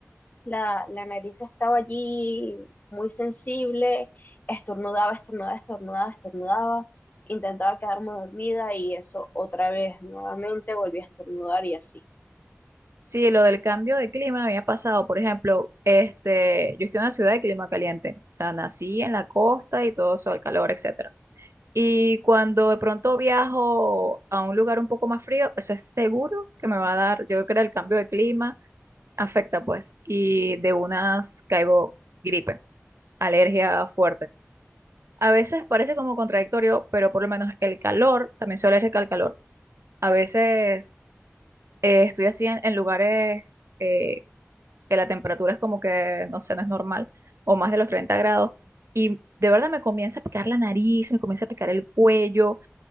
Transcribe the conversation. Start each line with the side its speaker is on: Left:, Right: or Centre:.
Left: la, la nariz estaba allí muy sensible, estornudaba, estornudaba, estornudaba, estornudaba, intentaba quedarme dormida y eso otra vez, nuevamente volví a estornudar y así.
Right: Sí, lo del cambio de clima me había pasado, por ejemplo, este, yo estoy en una ciudad de clima caliente. O sea, nací en la costa y todo eso, el calor, etcétera Y cuando de pronto viajo a un lugar un poco más frío, eso es seguro que me va a dar, yo creo que el cambio de clima, afecta pues, y de unas caigo gripe, alergia fuerte. A veces parece como contradictorio, pero por lo menos el calor, también soy alérgica al calor. A veces eh, estoy así en, en lugares eh, que la temperatura es como que, no sé, no es normal, o más de los 30 grados, y de verdad me comienza a picar la nariz, me comienza a picar el cuello